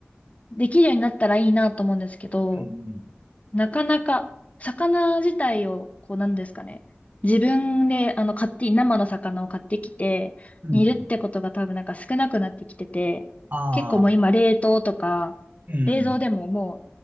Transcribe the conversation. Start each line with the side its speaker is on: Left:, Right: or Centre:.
Left: できるようになったらいいなと思うんですけど、
Right: うん
Left: なかなか、魚自体を、こうなんですかね。自分で、あの、買って、生の魚を買ってきて、
Right: うん。
Left: 煮るってことが多分なんか少なくなってきてて、
Right: うん。ああ、
Left: 結構もう今冷凍とか、
Right: うん。
Left: 冷蔵でももう